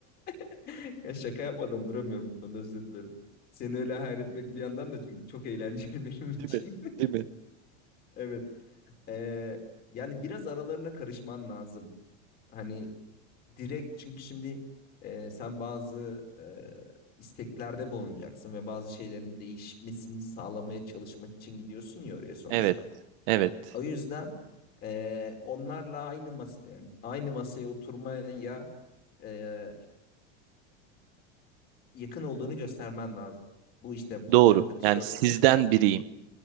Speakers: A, on the left (about 30°); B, on the right (about 55°).
A: <laughs> ya şaka yapmadan duramıyorum bu konuda özür dilerim. Seni öyle hayal etmek bir yandan da çünkü çok eğlenceli <laughs> benim için.
B: değil mi?
A: <laughs>
B: Değil mi?
A: Evet. Eee, yani biraz aralarına karışman lazım. Hani direkt çünkü şimdi e, sen bazı e, isteklerde bulunacaksın ve bazı şeylerin değişmesini sağlamaya çalışmak için gidiyorsun ya oraya sonuçta.
B: Evet. Evet.
A: O yüzden e, onlarla aynı mas yani aynı masaya oturmaya e, yakın olduğunu göstermen lazım. Bu işte polo
B: Doğru.
A: yaka tişört
B: Yani sizden
A: olabilir.
B: biriyim.